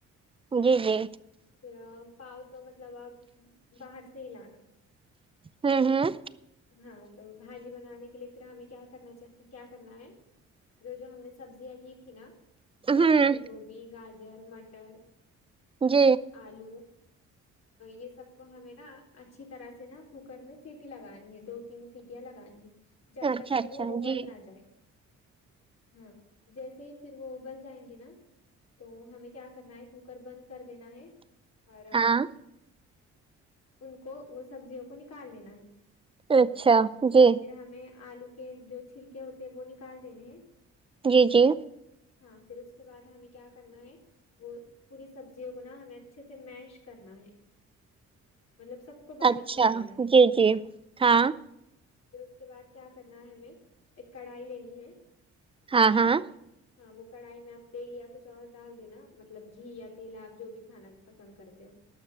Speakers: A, on the right (about 20°); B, on the left (about 60°).
A: جی جی
B: پھر پاؤ تو مطلب آپ باہر سے ہی لانا
A: ہوں ہوں
B: ہاں تو بھاجی بنانے لیے پھر ہمیں کیا کرنا کیا کرنا ہے جو جو ہم نے سبزیاں لی تھی نا ہاں
A: ہوں
B: پھول گوبھی گاجر مٹر
A: جی
B: آلو یہ سب کو ہمیں نا اچھی طرح سے نا کوکر میں سیٹی لگانی ہے دو تین سیٹیاں لگانی ہے جب
A: اچھا
B: تک کہ
A: اچھا
B: وہ ابل
A: جی
B: نہ جائے ہاں جیسے ہی پھر وہ ابل جائیں گے نا تو ہمیں کیا کرنا ہے کوکر بند کر دینا ہے اور
A: ہاں
B: ان کو وہ سبزیوں کو نکال لینا ہے
A: اچھا جی
B: پھر ہمیں آلو کے جو چھلکے ہوتے وہ نکال دینے ہیں
A: جی جی
B: ہاں پھر اس کے بعد ہمیں کیا کرنا ہے وہ پوری سبزیوں کو نا ہمیں اچھے سے میش کرنا ہے مطلب سب کو باریک
A: اچھا
B: کر دینا ہے
A: جی جی ہاں
B: پھر اس کے بعد کیا کرنا ہے ہمیں ایک کڑھائی لینی ہے
A: ہاں ہاں
B: ہاں وہ کڑھائی میں آپ تیل یا کچھ اور ڈال دینا مطلب گھی یا تیل ہے آپ جو بھی کھانا پسند کرتے ہو